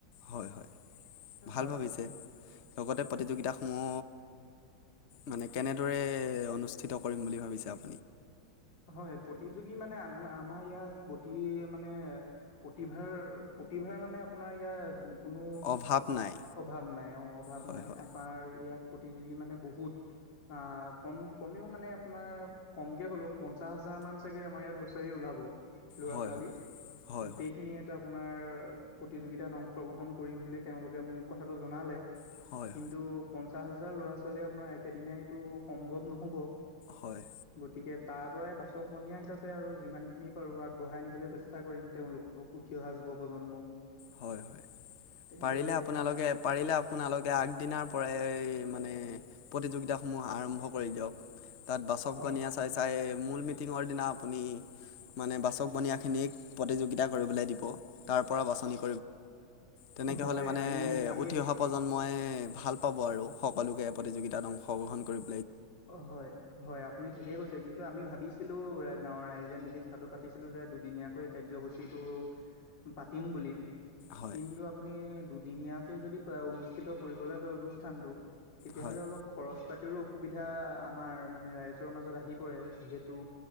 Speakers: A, on the left (about 50°); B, on the left (about 65°).
A: হয় হয় ভাল
B: হয়
A: ভাবিছে, লগতে প্ৰতিযোগিতাস সমূহ মানে কেনেদৰে অনুষ্ঠিত কৰিম বুলি ভাবিছে আপ
B: হয়, প্ৰতিযোগী মানে আ-আমাৰ ইয়াত প্ৰতি মানে প্ৰতিভাৰ প্ৰতিভাৰ মানে আপোনাৰ ইয়াত কোনো
A: অভাৱ নাই
B: অভাৱ নাই অ' অভাৱ
A: হয়
B: নাই
A: হয়
B: আপমাৰ ইয়াত প্ৰতিযোগী মানে বহুত, আ কম কমেও মানে আপোনাৰ কমকে হ'লও পঞ্চাশ হাজাৰ মান চাগে আমাৰ ইয়াত ল'ৰা ছালী ওলাব, ল'ৰা
A: হয়
B: ছোৱালী
A: হয় হয়
B: গোটেইখিনি এটা আপোনাৰ প্ৰতিযোগিতাত অংশগ্ৰহণ কৰিম বুলি তেওঁলোকে মোক কথাটো জনালে।
A: হয়
B: কিন্তু
A: হয় হয়
B: পঞ্চাশ হাজাৰ ল'ৰা ছোৱালীয়ে আপোনাৰ একেদিনাইতো সম্ভৱ নহব।
A: হয়
B: গতিকে তাৰ পৰাই বাচক বনিয়া হিচাপে আৰু যিমানখিনি পাৰো আগবঢ়াই নিবলৈ চেষ্টা কৰিম তেওঁলোকক উঠি অহা য যুৱ প্ৰজন্মক।
A: হয় হয়
B: তেনেদৰেই
A: পাৰিলে আপোনালোকে
B: আপোনাৰ
A: পাৰিলে আপোনালোকে আগদিনাৰ পৰা মানে প্ৰতিযোগিতা সমূহ আৰম্ভ কৰি দিয়ক। তাত বাচৱ
B: অ
A: গনিয়া চাই চাই মূল মিটিঙৰ দিনা আপুনি মানে বাচক বনীয়াখিনিক প্ৰতিযোগিতা কৰিবলৈ দিব, তাৰ পৰা বাছনি তেনেকে
B: হয়
A: হলে মানে
B: আমি আমি
A: উঠি অহা প্ৰজন্মই ভাল পাব আৰু। সকলোকে প্ৰতিযোগিতাত অংশগ্ৰহণ কৰিব
B: অ' হয়, হয় আপুনি ঠিকেই কৈছে কিন্তু আমি ভাবিছিলো গাঁৱৰ ৰাইজে মিলি কথাটো পাতিছিলো যে দুদিনীয়াকৈ কাৰ্যসূচীটো পাতিম বুলি।
A: হয়
B: কিন্তু আপুনি দুদিনীয়াকে যদি অনুষ্ঠিত কৰিবলৈ হয় অনুষ্ঠানটো। তেতিয়াহ'লে
A: হয়
B: অলপ খৰচ পাতিৰো এতিয়া আমাৰ মানে ৰাইজৰ মাজত আহি পৰে যিহেতু